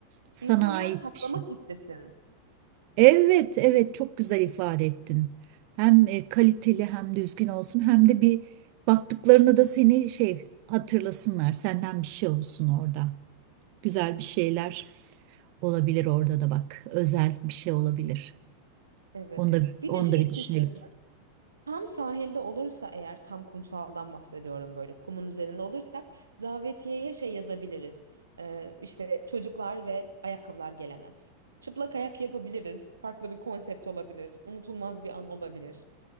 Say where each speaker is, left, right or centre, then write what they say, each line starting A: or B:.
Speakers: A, on the right (about 45°); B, on the right (about 75°).
A: sana
B: İnsanlar
A: ait
B: saklamak
A: bir şey.
B: istesin.
A: Evet evet çok güzel ifade ettin. Hem e, kaliteli hem düzgün olsun hem de bir baktıklarına da seni şey hatırlasınlar. Senden bir şey olsun orada. Güzel bir şeyler olabilir orada da bak. Özel bir şey olabilir.
B: Evet.
A: Onu da,
B: Bir
A: onu
B: de şey
A: da bir düşünelim.
B: düşün. Tam sahilde olursa eğer tam kumsaldan bahsediyorum böyle kumun üzerinde olursak davetiyeye şey yazabiliriz. Ee, işte çocuklar ve ayakkabılar gelemez. Çıplak ayak yapabiliriz. Farklı bir konsept olabilir. Unutulmaz bir an olabilir.